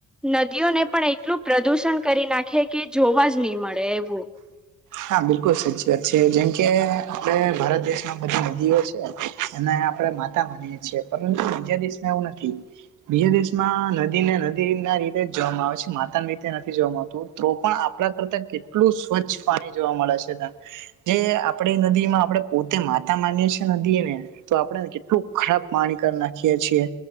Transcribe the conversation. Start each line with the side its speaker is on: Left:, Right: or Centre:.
Centre: નદીઓને પણ એટલું પ્રદુષણ કરી નાખે કે જોવા જ નહી મળે એવું
Right: હા બિલકુલ સાચી વાત છે જેમકે આપણે ભારત દેશમાં બધા નદીઓ છે એના આપણેે માતા માનીએે છીએ પરંતુ બીજા દેશમાં એવું નથી બીજા દેશમાં નદી ને નદી રીતે જ જોવામાં આવે છે માતા રીતે નથી જોવાવામાં આવતું તો પણ આપણા કરતા કેટલું સ્વચ્છ પાણી જોવા મળે છે ત્યા જે આપણે નદીમાં આપણેે પોતે માતા માનીએ છીએ નદી એને તો આપણેને કેટલું ખરાબ પાણી કરી નાખીએ છીએ